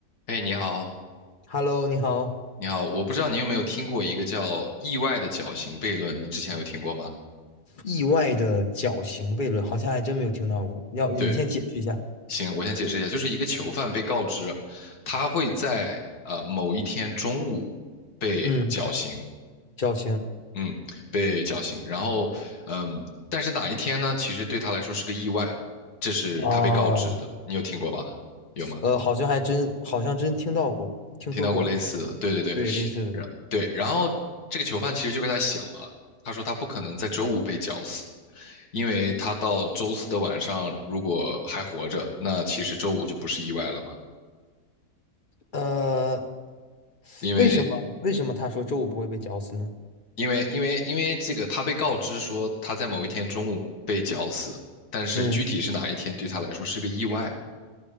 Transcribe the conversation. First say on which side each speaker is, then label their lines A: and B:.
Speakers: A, on the left; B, on the left.
A: 哎，你好，
B: Hello，你好。
A: 你好，我不知道你有没有听过一个叫意外的绞刑悖论，你之前有听过吗？
B: 意外的绞刑悖论，好像还真没有听到过。要你先解释一下。
A: 对，行，我先解释一下，就是一个囚犯被告知，他会在呃某一天中午被绞刑，
B: 嗯，绞刑。
A: 嗯，被绞刑，然后嗯，但是哪一天呢？其实对他来说是个意外，这是他被告知的，
B: 哦，
A: 你有听过吧？有吗？
B: 呃，好像还真，好像真听到过，听说过。
A: 听到过类似的？对对对，
B: 对，类似的。
A: 然对，然后这个囚犯其实就跟他想了，他说他不可能在周五被绞死。因为他到周四的晚上如果还活着，那其实周五就不是意外了嘛。
B: 呃，
A: 因为
B: 为什么为什么他说周五不会被绞死呢？
A: 因为因为因为这个，他被告知说他在某一天中午被绞死，但是具体是哪一天对他来说是个意外，
B: 嗯，